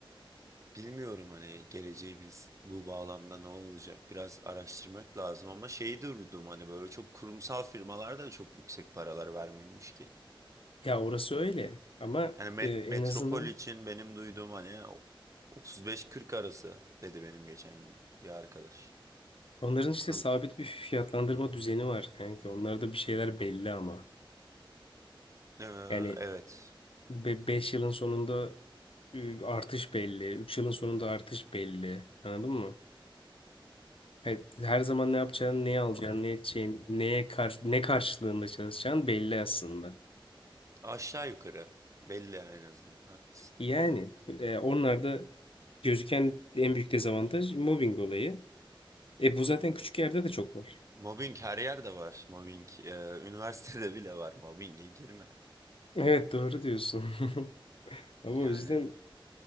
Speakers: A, on the right (about 35°); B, on the left (about 80°).
A: bilmiyorum hani geleceğimiz bu bağlamda ne olacak? Biraz araştırmak lazım ama şeyi de duydum hani böyle çok kurumsal firmalarda da çok yüksek paralar vermiyormuş ki.
B: Ya orası öyle ama
A: Yani met-
B: e, en
A: metropol
B: azından
A: için benim duyduğum hani o- 35-40 arası dedi benim geçen gün bir arkadaş.
B: onların işte
A: Kurum
B: sabit bir fiyatlandırma düzeni var kanka. Onlarda bir şeyler belli ama.
A: Ee,
B: Yani
A: evet
B: 5 yılın sonunda e, artış belli, 3 yılın sonunda artış belli. Anladın mı? Evet, her zaman ne yapacağın, neye alacağın, ne edeceğin, neye kar ne karşılığında çalışacağın belli aslında.
A: aşağı yukarı belli en azından haklısın.
B: Yani e, onlar gözüken en büyük dezavantaj mobbing olayı. E bu zaten küçük yerde de çok var.
A: Mobbing her yerde var. Mobbing e, <laughs> üniversitede bile var. Mobbinge girme.
B: Evet doğru diyorsun. <laughs> Ama
A: Yani
B: o yüzden